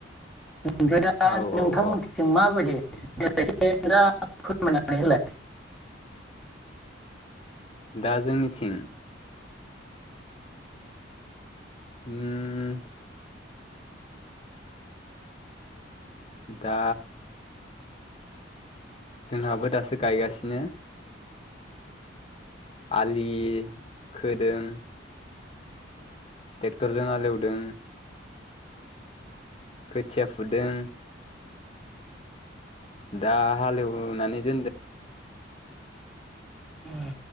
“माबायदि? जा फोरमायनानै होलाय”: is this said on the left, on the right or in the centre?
Centre